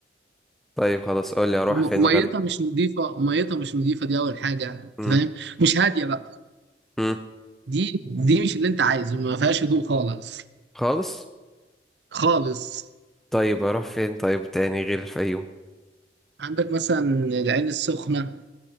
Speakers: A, in the centre; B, on the right (about 75°).
A: طيب خلاص قول لي اروح
B: م-
A: فين
B: ميتها
A: غير
B: مش نظيفة ميتها مش نظيفة دي اول حاجة أنت
A: امم
B: فاهم مش هادية بقى
A: امم
B: دي دي مش اللي انت عايزه ما فيهاش هدوء خالص
A: خالص
B: خالص
A: طيب اروح فين طيب تاني غير الفيوم
B: عندك مثلا العين السخنة